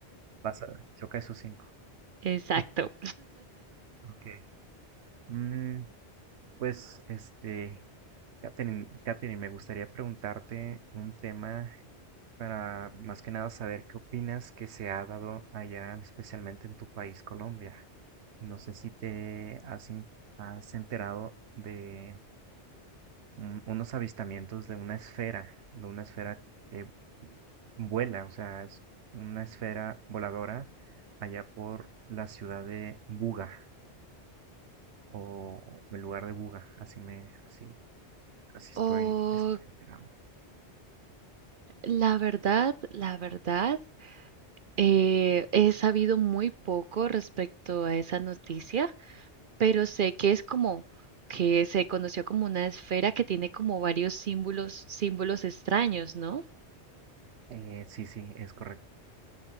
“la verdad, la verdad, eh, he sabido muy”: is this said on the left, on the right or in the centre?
Right